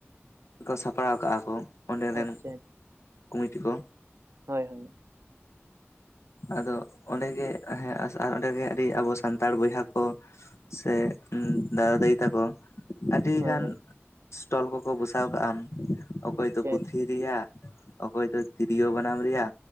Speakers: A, on the left (about 85°); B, on the right (about 75°).
A: ᱠᱚ ᱥᱟᱯᱲᱟᱣ ᱠᱟᱜᱼᱟ ᱠᱚ ᱾ ᱚᱸᱰᱮ ᱨᱮᱱ
B: ᱟᱪᱪᱷᱟ
A: ᱠᱚᱢᱤᱴᱤ ᱠᱚ
B: ᱦᱳᱭ ᱦᱳᱭ
A: ᱟᱫᱚ ᱚᱸᱰᱮ ᱜᱮ ᱦᱮᱸ ᱟᱨ ᱚᱸᱰᱮᱜᱮ ᱟᱹᱰᱤ ᱟᱵᱚ ᱥᱟᱸᱛᱟᱲ ᱵᱚᱭᱦᱟ ᱠᱚ, ᱥᱮ ᱫᱟᱫᱟ ᱫᱟᱹᱭᱤ ᱛᱟᱠᱚ᱾ ᱟᱹᱰᱤ
B: ᱦᱳᱭ
A: ᱜᱟᱱ
B: ᱦᱳᱭ
A: ᱥᱴᱚᱞ ᱠᱚᱠᱚ ᱵᱚᱥᱟᱣ ᱠᱟᱜᱼᱟ, ᱚᱠᱚᱭ
B: ᱟᱪᱪᱷᱟ
A: ᱫᱚ ᱯᱩᱛᱷᱤ
B: ᱟᱪᱪᱷᱟ
A: ᱨᱮᱭᱟᱜ ᱚᱠᱚᱭ ᱫᱚ ᱛᱤᱨᱭᱳ ᱵᱟᱱᱟᱢ ᱨᱮᱭᱟ,